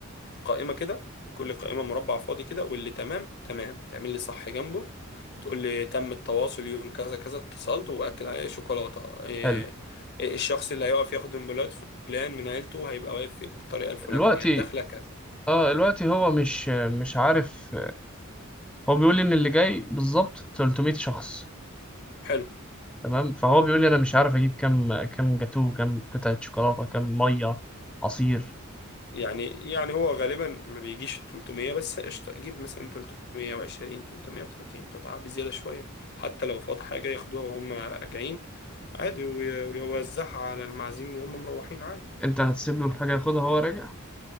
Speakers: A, on the left (about 50°); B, in the centre.
A: قائمة كده كل قائمة مربع فاضي كده واللي تمام تمام تعمل لي صح جنبه وتقول لي تم التواصل يوم كذا كذا اتصلت وأكد عليه شوكولاتة إيه
B: حلو
A: إيه الشخص اللي هيقف ياخد من بلاد فلان من عيلته هيبقى واقف بالطريقة الفلانية
B: دلوقتي
A: الدخلة كذا
B: آه دلوقتي هو مش مش عارف هو بيقول لي إن اللي جاي بالظبط 300 شخص
A: حلو
B: تمام فهو بيقول لي أنا مش عارف أجيب كام كام جاتوه كام قطعة شوكولاتة كام مية عصير
A: يعني يعني هو غالبا ما بيجيش 300 بس قشطة جيب مثلا 320 330 قطعة بزيادة شوية حتى لو فاض حاجة ياخدوها وهم راجعين عادي وي- ويوزعها على المعازيم وهم مروحين عادي
B: انت هتسيب له الحاجة ياخدها وهو راجع